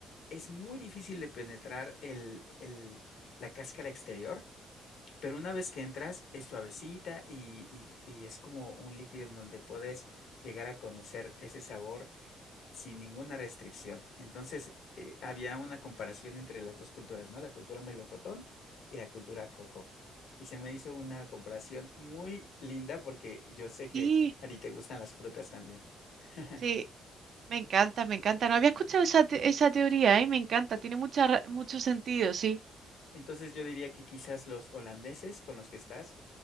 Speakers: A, on the left; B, on the right.
A: es muy difícil de penetrar el, el- la cáscara exterior pero una vez que entras, es suavecita y, y y es como un líquido en donde puedes llegar a conocer ese sabor sin ninguna restricción. Entonces, eh, había una comparación entre las dos culturas, ¿no? La cultura melocotón y la cultura coco. Y se me hizo una comparación muy linda porque yo sé que
B: Sí,
A: a ti te gustan las frutas también. <laughs>
B: sí. Me encanta, me encanta. No había escuchado esa, te- esa teoría, ¿eh? Me encanta, tiene mucha, ra- mucho sentido, sí.
A: Entonces yo diría que quizás los holandeses con los que estás